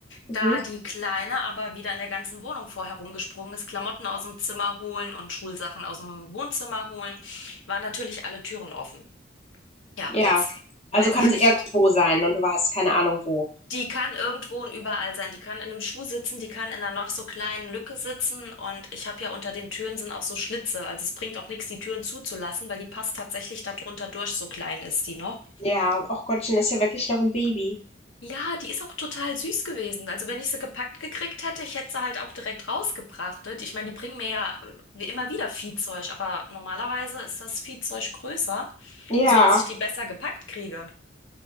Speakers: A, on the left; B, on the left.
A: Mhm.
B: Da die Kleine aber wieder in der ganzen Wohnung vorher rumgesprungen ist, Klamotten aus dem Zimmer holen und Schulsachen aus dem Wohnzimmer holen, waren natürlich alle Türen offen. Ja,
A: Ja.
B: jetzt
A: Also
B: weiß
A: kann
B: ich
A: sie
B: nicht.
A: irgendwo sein und du hast keine Ahnung wo.
B: Die kann irgendwo und überall sein. Die kann in einem Schuh sitzen, die kann in einer noch so kleinen Lücke sitzen. Und ich habe ja unter den Türen sind auch so Schlitze. Also es bringt auch nichts, die Türen zuzulassen, weil die passt tatsächlich da drunter durch, so klein ist die noch.
A: Ja, ach Gottchen, das ist ja wirklich noch ein Baby.
B: Ja, die ist auch total süß gewesen. Also wenn ich sie gepackt gekriegt hätte, ich hätte sie halt auch direkt rausgebracht. ne? Ich meine, die bringen mir ja äh, wie immer wieder Viehzeug, aber normalerweise ist das Viehzeug größer,
A: Ja.
B: so dass ich die besser gepackt kriege.